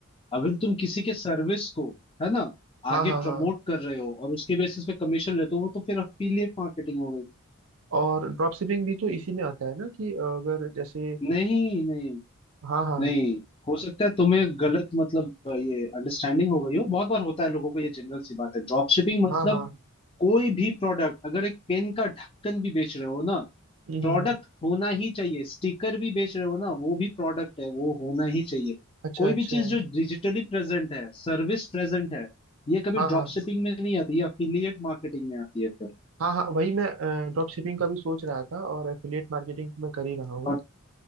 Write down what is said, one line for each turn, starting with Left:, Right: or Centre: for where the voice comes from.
Left: अगर तुम किसी के सर्विस को है ना
Right: हाँ
Left: आगे
Right: हाँ हाँ
Left: प्रमोट कर रहे हो और उसके बेसिस पे कमीशन लेते हो वो तो फिर अफिलिएट मार्केटिंग हो गई
Right: और ड्रॉप शिपिंग भी तो इसी में आता है ना कि अगर जैसे अ,
Left: नहीं नहीं
Right: हाँ हाँ
Left: नहीं हो सकता है तुम्हें गलत मतलब अ, ये अंडरस्टैंडिंग हो गई हो बहुत बार होता है लोगों को ये जनरल सी बात है ड्रॉप शिपिंग मतलब
Right: हाँ हाँ
Left: कोई भी प्रोडक्ट अगर एक पेन का ढक्कन भी बेच रहे हो ना
Right: हम्म
Left: प्रोडक्ट
Right: हम्म, हम्म,
Left: होना ही चाहिए स्टिकर भी बेच रहे हो ना वो भी प्रोडक्ट है वो होना ही चाहिए
Right: अच्छा
Left: कोई
Right: अच्छा
Left: भी चीज जो डिजिटली प्रेजेंट है सर्विस प्रेजेंट है ये कभी
Right: हाँ
Left: ड्रॉप
Right: हाँ
Left: शिपिंग में नहीं आती ये अफिलिएट मार्केटिंग में आती है फिर
Right: हाँ हाँ वही मैं ड्रॉप शिपिंग का भी सोच रहा था और एफिलिएट मार्केटिंग मैं कर ही रहा हूँ
Left: और